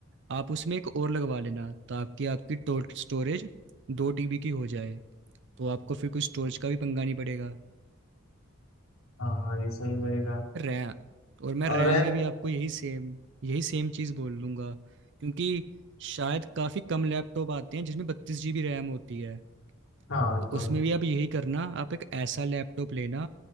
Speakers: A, on the right; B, on the left.
A: आप उसमें एक और लगवा लेना ताकि आपकी टोटल स्टोरेज दो टीबी की हो जाए तो आपको फिर कुछ स्टोरेज का भी पंगा नहीं पड़ेगा
B: हाँ, हाँ, ये सही रहेगा
A: रैम और मैं रैम
B: और रैम
A: में भी आपको यही सेम यही सेम चीज़ बोल लूँगा क्योंकि शायद काफ़ी कम लैपटॉप आते हैं जिसमें बत्तीस जीबी रैम होती है
B: हाँ ये
A: तो
B: तो
A: उसमें
B: है
A: भी आप यही करना आप एक ऐसा लैपटॉप लेना